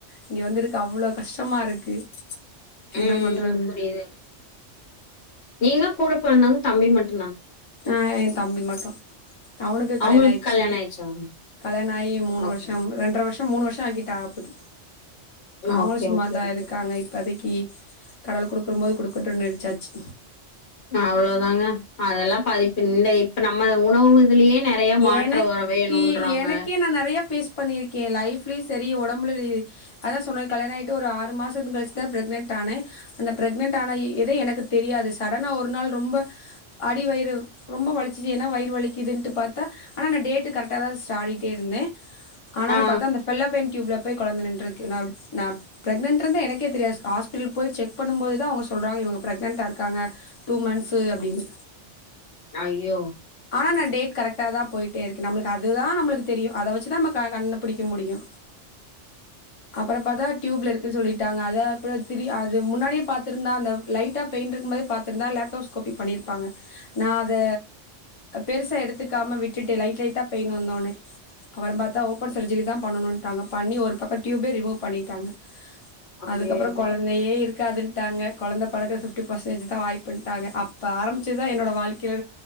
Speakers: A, on the left; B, on the left.
A: இங்க வந்து இருக்க அவ்ளோ கஷ்டமா இருக்கு என்ன
B: ம்
A: பண்றது
B: புரிது நீங்க கூட பொறந்தவங்க தம்பி மட்
A: ஆ எ தம்பி மட்டு அவனுக்கு கல்யாணாயிட்ச்சு
B: அவங்களுக்கு கல்யாணம் ஆயிடுச்சா?
A: கல்யாணாயி மூணு
B: ஓகே.
A: வருஷம் ரெண்டர வர்ஷ் மூணு வருஷாகிட்டாகப் போது அவங்களு
B: ஓகே
A: சும்மாதா
B: ஓகே ஓகே.
A: இருக்காங்க இப்பதிக்கி கடவுள் குடுக்கும் போது குடுக்கட்டுன்னு ச்சாச்சி
B: அவ்ளோதாங்க அதெல்லா பாதிப்பிந்த இப்ப நம்ம உணவு இதுலியே நறயா மாற்ற
A: எனக்கு
B: வர வேணுன்றாங்க
A: எனக்கே நா நெறைய ஃபேஸ் பண்ணிருக்கே லைஃப்லியு செரி ஒடம் புல இது அதா சொல்றனே கல்யாணயிட்டு ஒரு ஆறு மாசத்துக்கழிச்சுதா ப்ரெக்னென்ட் ஆனே அந்த ப்ரெக்னென்ட் ஆன இ இது எனக்கு தெரியாது சடனா ஒரு நாள் ரொம்ப அடி வயிறு ரொம்ப வலிச்சிச்சி என்னா வயிறு வலிக்குதுன்ட்டு பாத் தா ஆனா நா டேடு கரட்டா தா ஸ்டாடிட்டே இருந்தே ஆனாலு
B: ஆ.
A: பத்தா அந்த ஃபெல்லோபெயின் டியூப்ல போய் கொழந்த நின்றுக்கு நா நா ப்ரெக்னென்ட்ருந்த எனக்கே தெரியாஸ் ஹாஸ்பிட்டல் போய் செக் பண்ணும் போது தா அவுங்க சொல்றாங்க இவுங்க ப்ரெக்னண்டா இருக்காங்க டூ மன்த்ஸு அப்டின்னு
B: அய்யோ
A: ஆனா நா டேட் கரட்டா தா போயிட்டே இருக்கு நம்மளுக்கு அதுதா நம்மளுக்கு தெரியு அத வச்சுதா நம்ம கண்ணு புடிக்க முடியு அப்பற பாத்தா டியூப்ல இருக்கு சொல்லீட் டாங்க அத அப்றோ திரி அது முன்னாடியே பாத்திருந்தா அந்த லைட்டா பெயின் ருக்கும்மோதே பாத்துருந்தா லேப்டோஸ்கோப்பி பண்ணிரு ப்பாங்க நா அத பெருசா எடுத்துக்காம விட்டுட்டே லைட் லைட்டா பெயின் வந்தொன்னே அப்பறம்பாத்தா ஓபன் சர்ஜரி தா பண்ணணுன்டாங்க பண்ணி ஒரு பக்கோ ட்யூபே ரிமூவ் பண்ணிட்டாங்க
B: ஐயய்யோ!
A: அதுக்கப்பறோ கொழந்தயே இருக்காதுன் டாங்க கொழந்த பொறக்க பிப்டி பர்சன்டேஜ் தா வாய்புன்டாங்க அப்ப ஆரம்பிச்சது தா என்னோட வாழ்க்கேல